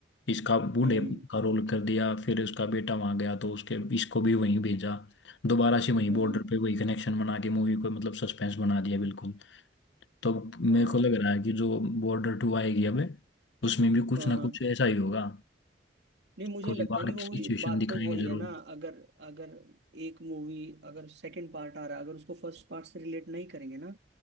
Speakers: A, on the left; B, on the right.
A: इसका बूढ़े
B: हम्म
A: का रोल कर दिया फिर उसका बेटा वहां गया तो उसके इसको भी वहीं भेजा दोबारा से वहीं
B: हम्म
A: बॉर्डर पे वही कनेक्शन बना के मूवी को मतलब सस्पेंस बना दिया बिल्कुल तो मेरे
B: हाँ
A: को लग रहा है कि जो बॉर्डर टू आएगी अब उसमें भी कुछ
B: हाँ
A: ना
B: हाँ
A: कुछ ऐसा ही होगा
B: नहीं मुझे
A: कोई
B: लगता
A: वार
B: है कि वो
A: की सिचुएशन
B: ही बात
A: दिखाएंगे
B: तो वही
A: जरूर
B: है ना अगर अगर एक मूवी अगर सेकंड पार्ट आ रहा है अगर उसको फर्स्ट पार्ट से रिलेट नहीं करेंगे ना